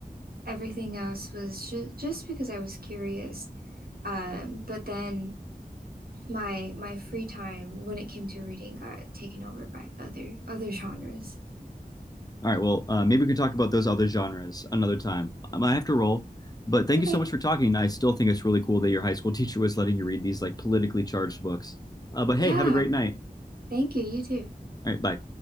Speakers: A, on the right; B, on the left.
A: Everything else was just just because I was curious. Um, but then my my free time when it came to reading got taken over by other other genres.
B: All right, well, uh, maybe we can talk about those other genres another time. Um, I have to roll, but thank
A: Okay.
B: you so much for talking. I still think it's really cool that your high school <laughs> teacher was letting you read these like politically charged books. Uh, but
A: Yeah.
B: hey, have a great night.
A: Thank you. You too.
B: All right, bye.